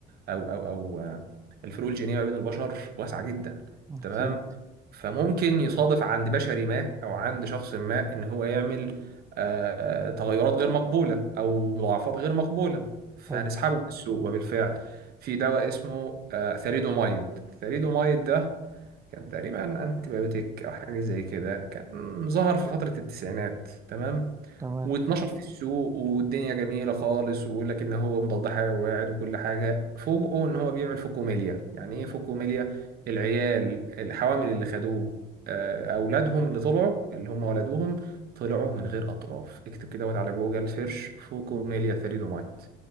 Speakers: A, on the right (about 65°); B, on the right (about 20°).
A: او او او آه، الفروق الجينيه ما بين البشر واسعه جدا
B: أكيد
A: تمام فممكن يصادف عند بشري ما او عند شخص ما ان هو يعمل آه، تغيرات غير مقبولة أو مضاعفات غير مقبولة فهنسحبه
B: حلو
A: من السوق وبالفعل في دواء اسمه آه، ثalidomide الثalidomide ده كان تقريبا انتي بايوتيك أو حاجة زي كده كان ظهر في فترة التسعينات تمام
B: تمام
A: و12 في السوق والدنيا جميلة خالص ويقول لك إن هو مضاد حيوي وكل حاجة فوجئوا إن هو بيعمل فوكوميليا يعني إيه فوكوميليا؟ العيال الحوامل اللي خدوه آه، أولادهم اللي طلعوا اللي هم ولدوهم طلعوا من غير أطراف اكتب كده وات على جوجل سيرش فوكوميليا ثريدومايت